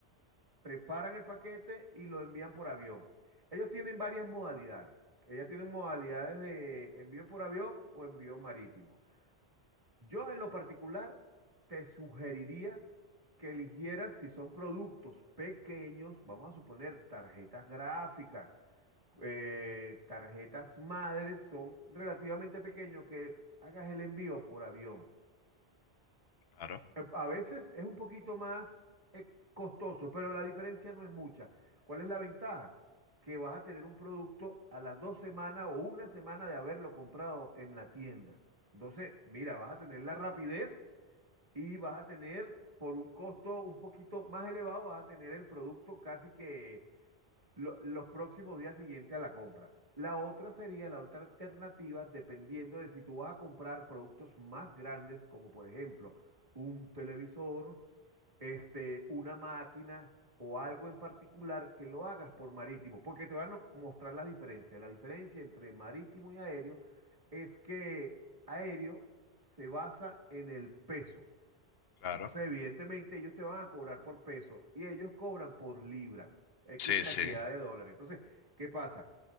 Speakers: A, on the right; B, on the left.
A: preparan el paquete y lo envían por avión. Ellos tienen varias modalidades. Ellas tienen modalidades de envío por avión o envío marítimo. Yo en lo particular te sugeriría que eligieras si son productos pequeños, vamos a suponer tarjetas gráficas, eh, tarjetas madres, son relativamente pequeños, que hagas el envío por avión.
B: Claro,
A: Eh, A veces es un poquito más eh, costoso, pero la diferencia no es mucha. ¿Cuál es la ventaja? Que vas a tener un producto a las dos semanas o una semana de haberlo comprado en la tienda. Entonces, mira, vas a tener la rapidez y vas a tener por un costo un poquito más elevado, vas a tener el producto casi que lo- los próximos días siguientes a la compra. La otra sería la otra alternativa, dependiendo de si tú vas a comprar productos más grandes, como por ejemplo un televisor, este, una máquina o algo en particular que lo hagas por marítimo, porque te van a mostrar las diferencias. La diferencia entre marítimo y aéreo es que aéreo se basa en el peso.
B: claro.
A: Entonces, evidentemente, ellos te van a cobrar por peso y ellos cobran por libra, X
B: Sí,
A: cantidad
B: sí,
A: de dólares. Entonces, ¿qué pasa?